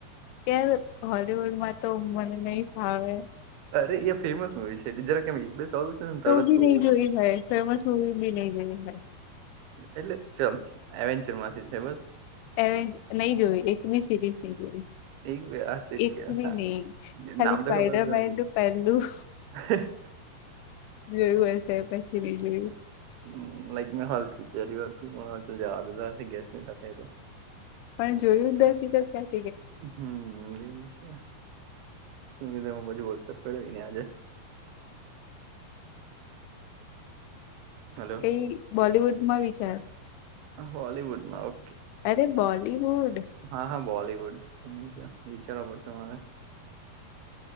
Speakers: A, on the left; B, on the right.
A: ત્યાાર હોલીવુડમાં તો મને નહી ફાવે
B: અરે એ ફેમસ મુવી છે એટલે જરા કે બે સવાલ પૂછે ને
A: તો
B: તરત
A: બી
B: ખબર
A: નહી
B: પડી
A: જોય હોય ફેમસ મુવી બી નહી જોઈ હોય
B: એટલે ચ એન્ચર માંથી છે બસ
A: એવે નહી જોયું એક ભી સિરીઝ નહી જોઈ
B: એક બે આ
A: એક બી
B: હા
A: નહીં ખાલી
B: નામ
A: સ્પાઈડર
B: તો ખબર હતું
A: મેન પહેલું
B: ને
A: જોયું હશે પછી નહી જોયું
B: હમમ લાઈક મેં હાલ વિચાર્યું હતું વે ગેસની સાથે તો
A: પણ જોયું જ નથી તો ખ્યા
B: હમમ એ છે <unintelligible> બાજુ વરસાદ પડ્યો ત્યાં છે હલો
A: એ બોલિવુડમાં વિચાર
B: હોલીવુડમાં ઓ
A: અરે બોલીવુડ
B: હા હા બોલીવુડ હમમ વિચારવા પડશે મારે